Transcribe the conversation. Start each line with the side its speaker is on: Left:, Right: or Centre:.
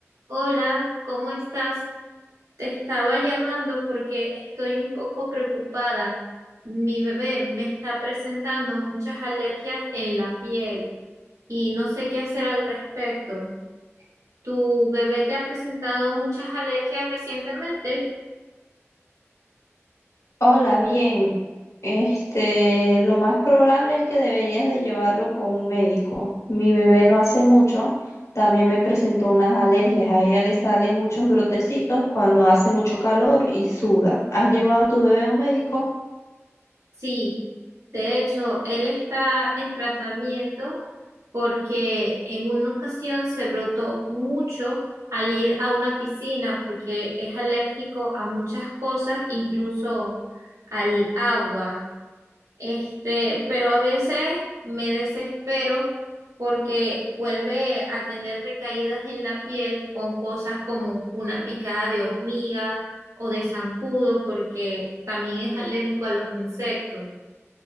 Right: Hola, ¿cómo estás? Te estaba llamando porque estoy un poco preocupada. Mi bebé me está presentando muchas alergias en la piel y no sé qué hacer al respecto. ¿Tu bebé te ha presentado muchas alergias recientemente?
Left: Hola, bien. Este, lo más probable es que deberías de llevarlo con un médico. Mi bebé no hace mucho, también me presentó unas alergias. A ella le salen muchos brotecitos cuando hace mucho calor y suda. ¿Has llevado a tu bebé a un médico?
Right: Sí, de hecho, él está en tratamiento porque en una ocasión se brotó mucho al ir a una piscina porque es alérgico a muchas cosas, incluso al agua. Este, pero a veces me desespero porque vuelve a tener recaídas en la piel con cosas como una picada de hormiga o de zancudo porque también es alérgico a los insectos.